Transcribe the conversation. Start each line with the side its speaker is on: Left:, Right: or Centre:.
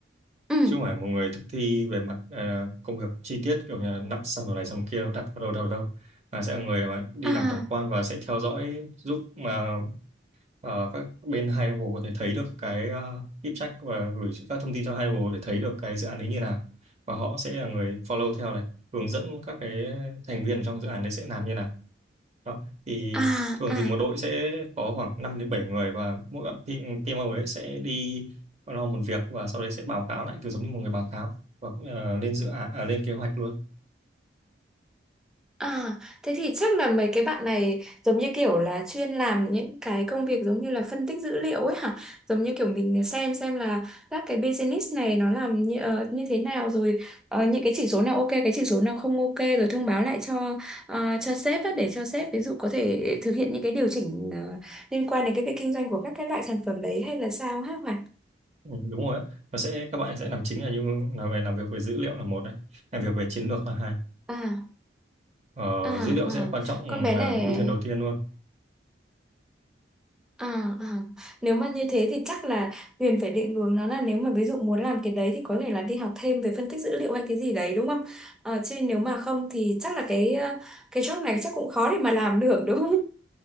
Centre: ừ.
Right: chứ không phải một người thực thi về mặt ờ, công việc chi tiết kiểu như là nắp xong rồi này xong kia đặt vào đâu đâu đâu mà sẽ là người mà đi
Centre: À,
Right: làm tổng quan và sẽ theo dõi giúp mà ờ, các bên hai level có thể thấy được cái uh, deep check và gửi các thông tin cho hai level để thấy được cái dự án đấy như nào và họ sẽ là người follow theo này hướng dẫn các cái thành viên trong dự án đấy sẽ làm như nào đó. Thì
Centre: à,
Right: thường
Centre: à.
Right: thì một đội sẽ có khoảng 5 đến 7 người và mỗi bạn P- PMO ấy sẽ đi lo một việc và sau đấy sẽ báo cáo lại cứ giống như một người báo cáo và ờ, lên dự án à, lên kế hoạch luôn.
Centre: À, thế thì chắc là mấy cái bạn này giống như kiểu là chuyên làm những cái công việc giống như là phân tích dữ liệu ấy hả? Giống như kiểu mình xem xem là các cái business này nó làm như, ờ, như thế nào rồi ờ, những cái chỉ số nào ok, cái chỉ số nào không ok rồi thông báo lại cho ờ, cho sếp á, để cho sếp ví dụ có thể thực hiện những cái điều chỉnh ờ, liên quan đến cái việc kinh doanh của các cái loại sản phẩm đấy hay là sao hả Hoàn?
Right: Ừ, đúng rồi á. Và sẽ các bạn sẽ làm chính là như là về làm việc về dữ liệu là một này, làm việc về chiến lược là hai.
Centre: À,
Right: Ờ,
Centre: à,
Right: dữ liệu
Centre: à,
Right: sẽ quan trọng
Centre: con bé
Right: là
Centre: này
Right: ưu tiên đầu tiên luôn.
Centre: À, à. Nếu mà như thế thì chắc là Huyền phải định hướng nó là nếu mà ví dụ muốn làm cái đấy thì có thể là đi học thêm về phân tích dữ liệu hay cái gì đấy đúng không? Ờ, chứ nếu mà không thì chắc là cái ờ, cái job này chắc cũng khó để mà làm được đúng không?